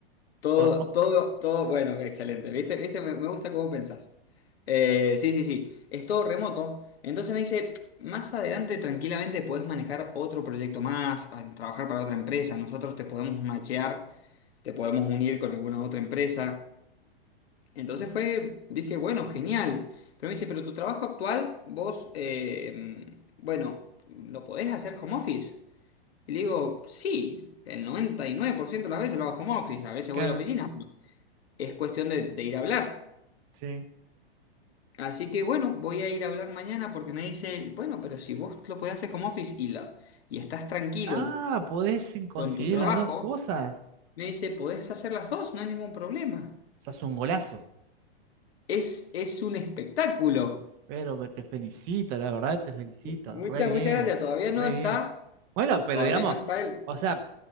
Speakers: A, on the left (about 85°); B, on the right (about 30°).
A: Todo,
B: todo remoto.
A: todo, todo, bueno, excelente. ¿Viste? ¿Viste? Me, me gusta cómo pensás. Eh, sí, sí, sí. Es todo remoto. Entonces me dice, más adelante tranquilamente podés manejar otro proyecto más, a- trabajar para otra empresa. Nosotros te podemos machear, te podemos unir con alguna otra empresa. Entonces fue, dije, bueno, genial. Pero me dice, pero tu trabajo actual, vos, eh, bueno, ¿lo podés hacer home office? Y le digo, sí, el 99% de las veces lo hago home office. A veces
B: Claro,
A: voy a la oficina, es cuestión de, de ir a hablar.
B: sí.
A: Así que bueno, voy a ir a hablar mañana porque me dice, bueno, pero si vos lo podés hacer home office y, la, y estás tranquilo
B: Ah, podés eh, coincidir
A: con tu trabajo,
B: las dos cosas.
A: me dice, podés hacer las dos, no hay ningún problema.
B: Estás un golazo,
A: Es, es un espectáculo.
B: pero me- te felicito, la verdad te felicito,
A: Muchas,
B: re bien,
A: muchas gracias. Todavía
B: re
A: no está,
B: bien. Bueno, pero
A: todavía
B: digamos,
A: no está el
B: o sea,